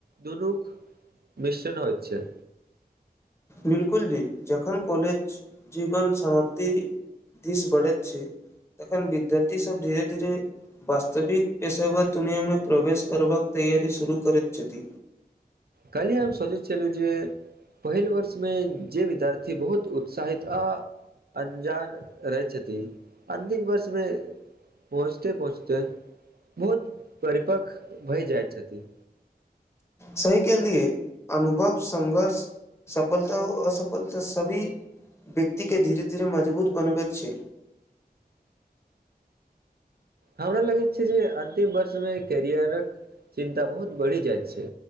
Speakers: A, on the right; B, on the left.
A: दुनूक मिश्रन होइत छै
B: बिलकुल जी जखन कॉलेज जीवन समाप्ति दिश बढ़ैत छै तखन विद्यार्थी सब धीरे धीरे वास्तविक पेशेवर दुनियामे प्रवेश करबाक तैयरी शुरू करैत छथि
A: कलिय हम सोचै छलहुं जे पहिल वर्षमे जे विद्यार्थी बहुत उत्साहित आ अन्जान रहै छथि अन्तिम वर्षमे पहुँचते पहुँचते बहुत परिपक्व भए जाइत छथिन
B: सही केहलियै अनुभव संघर्ष सफलता असफलता सभी व्यक्ति के धीरे धीरे म जबुत बनबै छै
A: हमरा लगैत छै जे अंतिम वर्षमे कैरियरक चिन्ता बहुत बढ़ि जाइत छै